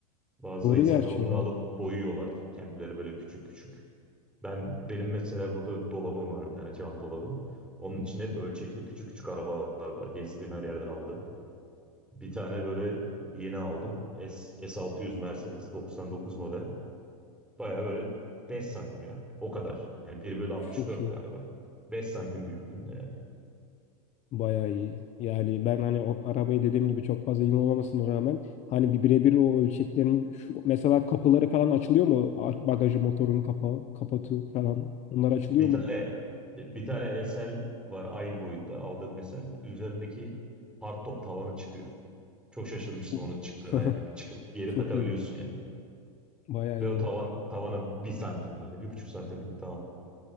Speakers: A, in the centre; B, on the left (about 35°).
A: Bazı
B: doğru
A: insanlar
B: gerçi
A: onları
B: ya
A: alıp boyuyorlar. Kendileri böyle küçük küçük. Ben benim mesela burada dolabım var bir tane cam dolabım. Onun için hep ölçekli küçük küçük arabalar var. Gezdiğim her yerden aldığım. Bir tane böyle yeni aldım. S, S600 Mercedes 99 model. Baya böyle 5 santim ya. O kadar. Yani bir bölü
B: çok
A: 64
B: iyi.
A: galiba. beş santim büyüklüğünde yani.
B: Bayağı iyi. Yani ben hani o arabayı dediğim gibi çok fazla yığın olmamasına rağmen hani bir birebir o ölçeklerin şu mesela kapıları falan açılıyor mu? Ar- Bagajı motorun kapağı, kapatı falan. Onlar açılıyor
A: Bir
B: mu?
A: tane bir tane SL var aynı boyutta aldığım SL. Üzerindeki hardtop tavanı çıkıyor. Çok şaşırmıştım
B: Çok,
A: onun çıktığına
B: <laughs>
A: yani. Çıkıp geri
B: çok
A: takabiliyorsun
B: iyi.
A: yani.
B: Bayağı
A: Ve
B: iyi.
A: o tavan tavana bir santim yani. bir buçuk santimlik bir tavan.